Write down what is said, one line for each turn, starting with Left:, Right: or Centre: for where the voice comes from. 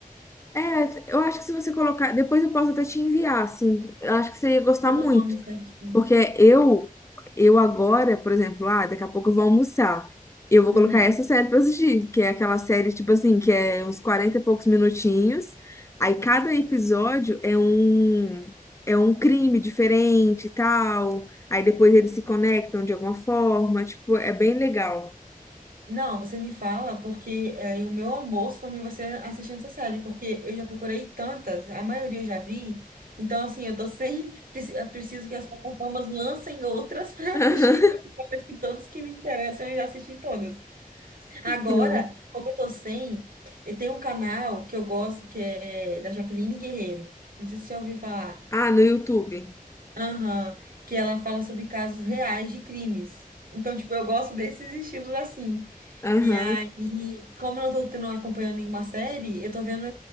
Left: É, eu acho que se você colocar, depois eu posso até te enviar, assim, eu acho que você ia gostar
Right: Manda
Left: muito.
Right: o nome certinho.
Left: Porque eu, eu agora, por exemplo, ah, daqui a pouco eu vou almoçar. Eu vou
Right: Uhum.
Left: colocar essa série pra assistir, que é aquela série, tipo assim, que é uns 40 e poucos minutinhos. Aí cada episódio é um, é um crime diferente e tal. Aí depois eles se conectam de alguma forma. Tipo, é bem legal.
Right: Não, você me fala, porque aí o meu almoço também vai ser assistindo essa série, porque eu já procurei tantas, a maioria eu já vi. Então, assim, eu tô sem. preci- Eu preciso que as plataformas lancem outras <laughs> para
Left: <laughs>
Right: assistir, porque parece que todos que me interessam eu já assisti todas. Agora,
Left: Sim.
Right: como eu tô sem, e tem um canal que eu gosto que é da Jaqueline Guerreiro. Não sei se você já ouviu falar.
Left: Ah, no YouTube.
Right: Aham, que ela fala sobre casos reais de crimes. Então, tipo, eu gosto desses estilos assim.
Left: Aham.
Right: E aí, como eu não tô tendo, acompanhando nenhuma série, eu tô vendo